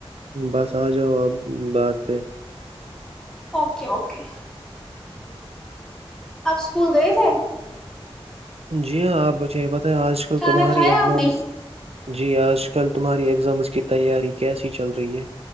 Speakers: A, on the right; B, in the centre.
A: بس اجاؤ اب بات پہ
B: اوکے اوکے اب اسکول گئے تھے
A: جی ہاں آپ مچھے بت آج کل
B: کھانا
A: تمہاری
B: کھایا
A: ایگزامس
B: آپ نے
A: جی آج کل تمہاری ایگزامز کی تیاری کیسی چل رہی ہے